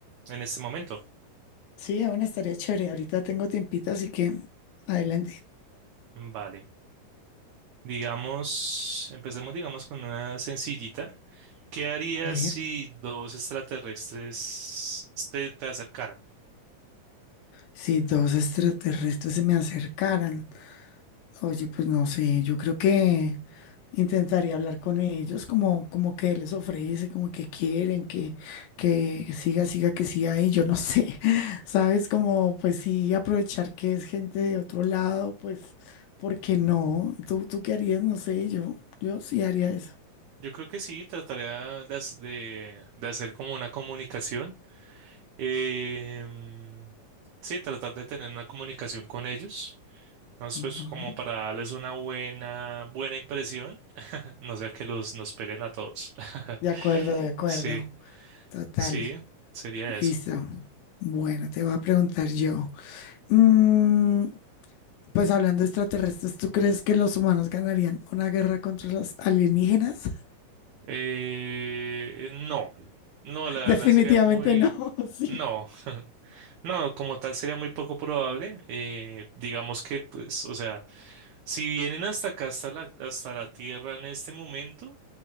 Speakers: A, on the right; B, on the left.
A: en este momento.
B: Sí, aún estaría chévere. Ahorita tengo tiempita, así que adelante.
A: Vale. Digamos, empecemos digamos con una sencillita. ¿Qué harías
B: A ver,
A: si dos extraterrestres se te acercaran?
B: si dos extraterrestres se me acercaran. Oye, pues no sé, yo creo que intentaría hablar con ellos, como, como que les ofrece, como que quieren, que, que siga, siga, que siga ahí, yo no sé, <laughs> ¿sabes? Como pues sí, aprovechar que es gente de otro lado, pues, ¿por qué no? ¿Tú, tú qué harías? No sé, yo, yo sí haría eso.
A: Yo creo que sí, trataría de, hac- de de hacer como una comunicación. Em, sí, tratar de tener una comunicación con ellos. Entonces,
B: Ajá.
A: pues como para darles una buena, buena impresión, no sea que los nos pelen a todos. <laughs>
B: De acuerdo, de acuerdo.
A: Sí,
B: Total.
A: sí, sería
B: Listo.
A: eso.
B: Bueno, te voy a preguntar yo. Mm, pues hablando de extraterrestres, ¿tú crees que los humanos ganarían una guerra contra los alienígenas?
A: Eh, no, no,
B: <laughs>
A: la verdad
B: Definitivamente
A: sería muy,
B: no, <laughs> sí.
A: no, <laughs> no, como tal sería muy poco probable. eh, digamos que, pues, o sea, si vienen hasta acá, hasta la, hasta la tierra en este momento,